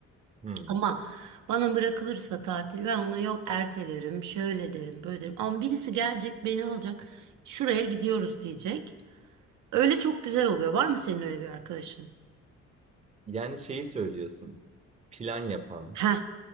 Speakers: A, on the right; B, on the right.
A: Hmm.
B: Ama bana bırakılırsa tatil ben ona yok ertelerim, şöyle derim, böyle derim. Ama birisi gelecek, beni alacak, şuraya gidiyoruz diyecek. Öyle çok güzel oluyor. Var mı senin öyle bir arkadaşın?
A: Yani şeyi söylüyorsun. Plan yapan,
B: Ha,